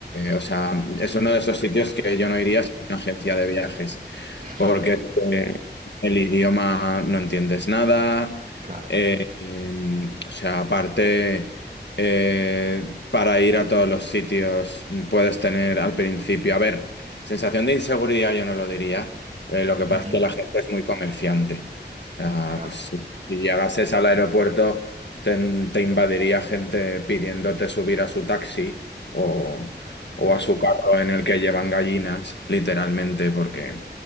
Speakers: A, on the left; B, on the right.
A: o sea, es uno de esos sitios que yo no iría sin una agencia de viajes
B: <laughs>
A: porque eh, el idioma no entiendes nada.
B: Claro,
A: eh, em, o sea, aparte, eh, para ir a todos los sitios puedes tener al principio, a ver, sensación de inseguridad yo no lo diría. eh, lo que pasa
B: Ujú,
A: es que la gente es muy comerciante. O sea,
B: claro.
A: pues si, si llegases al aeropuerto, te, te invadiría gente pidiéndote subir a su taxi o
B: sí,
A: o
B: sí.
A: a su carro en el que llevan gallinas, literalmente, porque